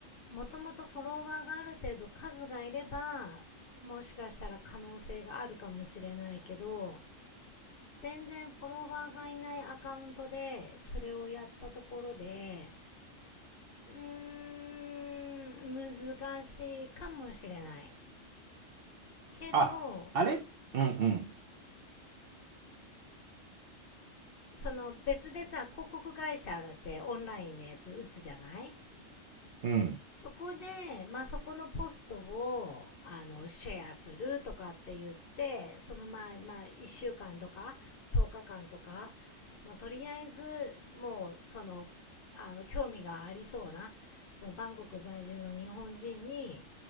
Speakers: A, on the left; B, on the right.
A: もともとフォロワーがある程度数がいれば、もしかしたら可能性があるかもしれないけど、全然フォロワーがいないアカウントでそれをやったところで、うーん、難しいかもしれない。けど、
B: あ、あれうんうん。
A: その別でさ、広告会社でオンラインのやつ打つじゃない
B: うん
A: そこで、まあ、そこのポストをあのシェアするとかって言ってそのまあまあ、1週間とか10日間とか、まあ、とりあえずもうそのあの興味がありそうなそのバンコク在住の日本人に